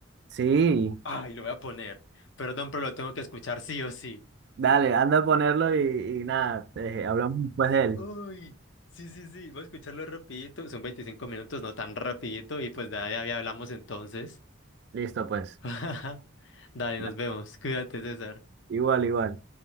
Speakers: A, on the right; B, on the left.
A: sí,
B: Ay, lo voy a poner. Perdón, pero lo tengo que escuchar sí o sí.
A: dale, anda a ponerlo y, y nada, eh, hablamos después de él.
B: Uy, sí, sí, sí. Voy a escucharlo rapidito. Son 25 minutos, no tan rapidito. Y pues de ahí hablamos entonces.
A: Listo, pues.
B: <laughs> Dale,
A: Da-
B: nos vemos. Cuídate, César.
A: Igual, igual.